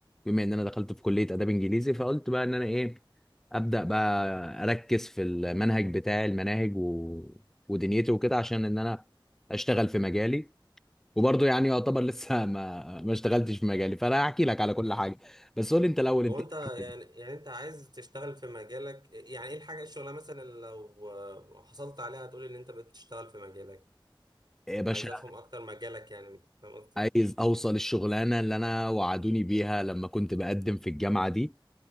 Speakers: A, in the centre; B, on the right (about 55°).
A: بما ان انا دخلت في كلية اداب انجليزي فقلت بقى ان انا ايه ابدأ بقى اركز في المنهج بتاعي المناهج و... ودنيتي وكده عشان ان انا اشتغل في مجالي وبرضه يعني يعتبر <laughs> لسه ما ما اشتغلتش في مجالي فانا هحكي لك على كل حاجة بس قول لي انت الاول
B: هو
A: انت
B: انت
A: إيه
B: يعني يعني انت عايز تشتغل في مجالك يعني ايه الحاجه الشغله مثلا اللي لو آه، حصلت عليها هتقولي ان انت بتشتغل في مجالك
A: يا باشا
B: عايز افهم اكتر مجالك يعني فاهم قصدي
A: عايز اوصل الشغلانه اللي انا وعدوني بيها لما كنت بقدم في الجامعه دي